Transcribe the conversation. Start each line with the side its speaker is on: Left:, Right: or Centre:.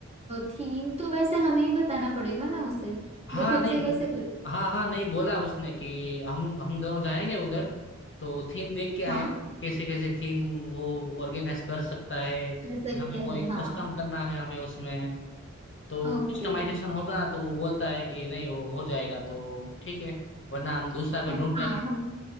Right: थीम तो वैसे हमें ही बताना पड़ेगा ना उसे
Left: हाँ
Right: वो खुद
Left: नहीं
Right: से कैसे कर
Left: हाँ हाँ नहीं बोला उसने कि हम हम दोनों जाएंगे उधर तो थीम देख के आएंगे
Right: हाँ
Left: कैसे कैसे थीम वो ऑर्गेनाइज कर सकता है कि
Right: कर सकते
Left: हमें कोई
Right: हैं हाँ
Left: कस्टम करना है हमें उसमें तो
Right: ओके
Left: कस्टमाइजेशन होगा तो वो बोलता है कि नहीं वो हो जाएगा तो ठीक है वरना हम दूसरा कोई
Right: हाँ
Left: ढूंढ लेंगे
Right: हम